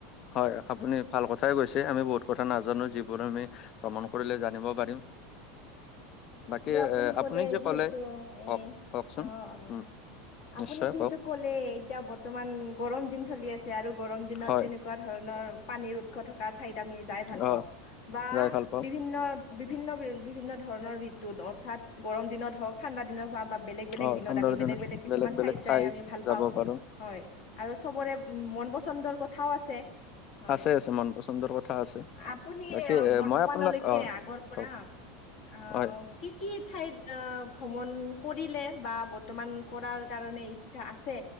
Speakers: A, on the left (about 45°); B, on the left (about 60°).
A: হয় আপুনি ভাল কথাই কৈছে, আমি বহুত কথা নাজানো যি বোৰ আমি
B: হয়।
A: ভ্ৰমণ কৰিলে জানিব পাৰিম। বাকী
B: আৰু আপুনি
A: এ
B: ক'লে
A: যে
B: যিহেতু
A: কওক
B: এ,
A: কওকচোন
B: অ', অ'।
A: উম।
B: আপুনি
A: নিশ্চয়
B: যিহেতু
A: কওক।
B: ক'লেই এতিয়া বৰ্তমান গৰম দিন চলি আছে আৰু গৰম দিনত
A: হয়,
B: তেনে কুৱা ধৰণৰ পানীৰ উৎস থকা ঠাইত আমি যাই ভাল
A: অ,
B: পাওঁ বা
A: যাই ভাল পাওঁ।
B: বিভিন্ন বিভিন্ন বি-বিভিন্ন ধৰণৰ ঋতুত অৰ্থাৎ গৰম দিনত হওক, ঠাণ্ডা দিনত খোৱা বা বেলেগ বেলেগ
A: অ,
B: দিনত
A: ঠাণ্ডাৰ
B: আমি বেলেগ বেলেগ কিছুমান
A: বেলেগ
B: ঠাইত যাই
A: ঠাই
B: আমি ভাল
A: যাব
B: পাওঁ।
A: পাৰো।
B: হয়, আৰু চবৰে উ, মন পচন্দৰ কথাও আছে। হয়
A: আছে আছে মন পচন্দৰ কথা আছে।
B: আপুনি
A: বাকী এ,
B: বৰ্তমানলৈকে
A: মই আপোনাক অ'
B: আগৰ পৰা
A: কক।
B: আহ
A: হয়।
B: কি কি ঠাইত অ' ভ্ৰমণ কৰিলে বা বৰ্তমান কৰাৰ কাৰণে চ্ছা আছে